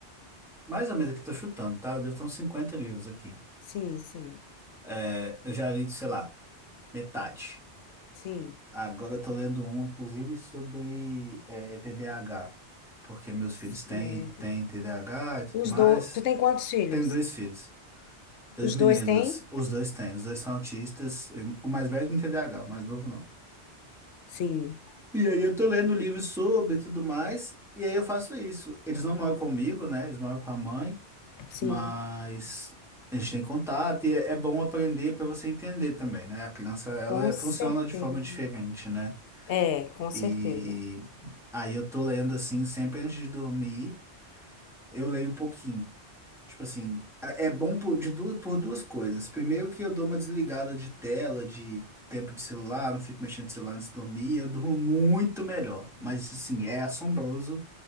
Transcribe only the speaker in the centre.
Mais ou menos aqui, tô chutando, tá? Eu devo ter uns 50 livros aqui.
É, eu já li, sei lá, metade.
Agora eu tô lendo um, inclusive, sobre é, TDAH. porque meus
filhos têm, têm TDAH e tudo
mais.
Tenho dois filhos, dois
meninos,
os dois têm, os dois são autistas, e o mais velho tem TDAH, o mais novo não.
E aí eu tô lendo livros sobre e tudo mais, e aí eu faço isso. Eles não moram comigo, né? Eles moram com a mãe,
mas a gente tem contato e é é bom aprender para você entender também, né? A criança, ela
é-
funciona de forma diferente, né?
E aí eu tô lendo assim, sempre antes de dormir, eu leio um pouquinho. Tipo assim, é é bom por, de duas, por duas coisas. Primeiro que eu dou uma desligada de tela, de tempo de celular, não fico mexendo no celular antes de dormir, eu durmo muito melhor. Mas assim, é assombroso